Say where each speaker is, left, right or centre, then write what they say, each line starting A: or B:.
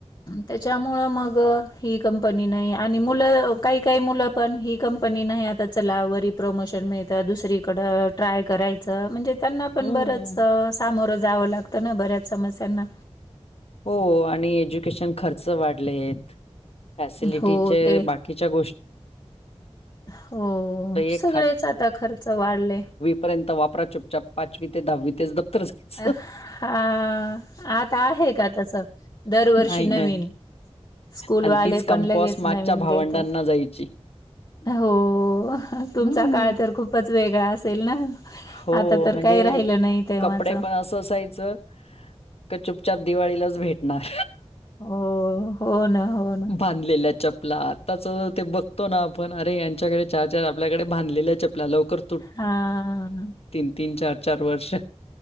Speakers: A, on the left; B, on the left.
A: त्याच्यामुळं मग ही कंपनी नाही, आणि मुलं काही काही मुलं पण ही कंपनी नाही आता त्या चलावरी प्रमोशन मिळतं दुसरीकड ट्राय करायचं म्हणजेचं त्यांना पण
B: हम्म
A: बरंच, सामोरं जावं लागत ना बऱ्याच समस्यां ना.
B: हो आणि एज्युकेशन खर्च वाढलेतं, फॅसिलिटीचे
A: हो ते
B: बाकीच्या गोष्टी.
A: हो
B: एक
A: सगळेच आता खर्च वाढले.
B: पर्यंत वापरा चुपचाप पाचवी ते दहावी. तेच दप्तरच ते.
A: अ, हा आता आहे का तस दरवर्षी
B: नाही नाही
A: नवीन. स्कूलवाले
B: आणि तीच कंपॉस
A: पण लगेच
B: मागच्या
A: नवीन
B: भावंडांना
A: देतात.
B: जायची
A: हो, तुमचा
B: हम्म
A: काळ तर खूपच वेगळा असेल ना?
B: हो
A: आता तर
B: म्हणजे
A: काही राहिलं नाही तेव्हाच.
B: कपडे असं असायचं, का चुपचाप दिवाळीलाच भेटणार.
A: हो, हो ना, हो ना.
B: बांधलेल्यां चपलांत. आंता ते बघतो नां आपणं अरे यांच्याकडे चार चार आपल्यांकडे बांधलेल्या चपल्यां लवकरं.
A: हां आं
B: तीनं तीनं चार चार वर्ष.